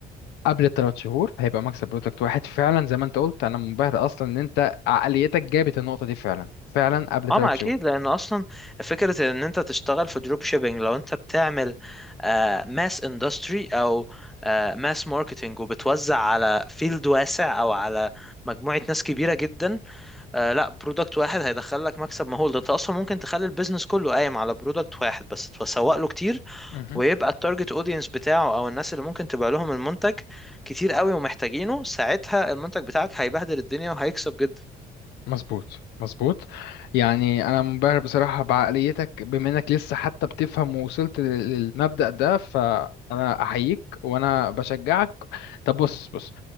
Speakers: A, on the left (about 90°); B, in the centre.
A: قبل الثلاث شهور هيبقى مكسب برودكت واحد فعلا زي ما انت قلت انا منبهر اصلا ان انت عقليتك جابت النقطة دي فعلا فعلا قبل ثلاث
B: اه ما
A: شهور
B: اكيد لان اصلا فكره ان انت تشتغل في دروب شيبينج لو انت بتعمل ماس اندستري او ماس ماركتنج وبتوزع على فيلد واسع او على مجموعه ناس كبيره جدا آه، لا برودكت واحد هيدخل لك مكسب مهول ده انت اصلا ممكن تخلي البيزنس كله قايم على برودكت واحد بس تسوق له كتير
A: مهم.
B: ويبقى التارجت اودينس بتاعه او الناس اللي ممكن تبيع لهم المنتج كتير قوي ومحتاجينه ساعتها المنتج بتاعك هيبهدل الدنيا وهيكسب جدا
A: مظبوط مظبوط يعني انا منبهر بصراحه بعقليتك بما انك لسه حتى بتفهم ووصلت لل- للمبدأ ده فانا احييك وانا بشجعك طب بص بص